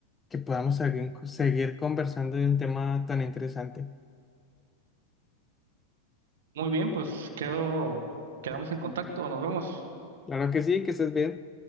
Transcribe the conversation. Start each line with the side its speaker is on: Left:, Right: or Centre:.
Left: que podamos seguir seguir conversando de un tema tan interesante.
Right: Muy bien, pues quedo, quedamos en contacto, nos vemos.
Left: Claro que sí, que estés bien.